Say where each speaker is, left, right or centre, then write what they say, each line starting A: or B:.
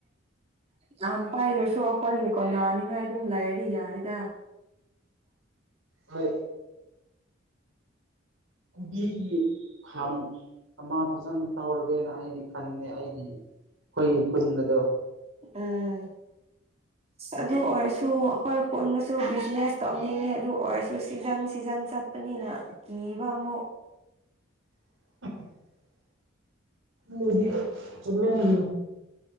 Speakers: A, on the right; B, on the right.
A: ꯌꯥꯝ ꯄꯥꯏꯗ꯭ꯔꯁꯨ ꯑꯩꯈꯣꯏꯁꯦꯀꯣ ꯅꯥꯅꯤꯡꯉꯥꯏ ꯑꯗꯨꯝ ꯂꯩꯔꯔꯤ ꯌꯥꯔꯤꯗ
B: ꯍ ꯀꯨꯗꯤ ꯀꯌꯦ ꯑꯃ ꯐꯖꯅ ꯇꯧꯔꯒꯦꯅ ꯑꯩꯗꯤ ꯈꯟꯦ ꯑꯩꯗꯤ ꯑꯩꯈꯣꯏ ꯈꯨꯟ ꯑꯗꯣ
A: ꯎꯝ ꯑꯗꯨ ꯑꯣꯏꯔꯁꯨ ꯑꯩꯈꯣꯏ ꯄꯨꯟꯗꯁꯨ ꯕꯤꯖꯤꯅꯦꯁ ꯇꯧꯅꯤꯡꯉꯦ ꯑꯗꯨ ꯑꯣꯏꯔꯁꯨ ꯁꯤꯖꯟ ꯁꯤꯖꯟ ꯆꯠꯄꯅꯤꯅ ꯀꯤꯕ ꯑꯃꯨꯛ
B: <inaudible> ꯃꯗꯤ ꯆ ꯍꯥꯏ